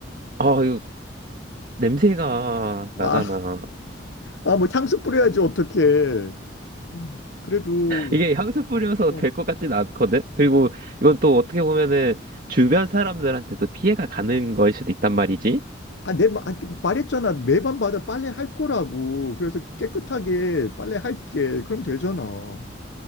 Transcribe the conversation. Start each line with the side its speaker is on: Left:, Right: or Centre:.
Right: 아, 이거 냄새가
Left: 와,
Right: 나잖아.
Left: 아, 뭐 향수 뿌려야지, 어떡해. 어, 그래도,
Right: 이게 향수 뿌려서
Left: 어.
Right: 될 것 같진 않거든? 그리고 이건 또 어떻게 보면은 주변 사람들한테도 피해가 가는 걸 수도 있단 말이지.
Left: 아, 내, 마- 아, 말했잖아. 매번마다 빨래 할 거라고. 그래서 깨끗하게 빨래 할게. 그럼 되잖아.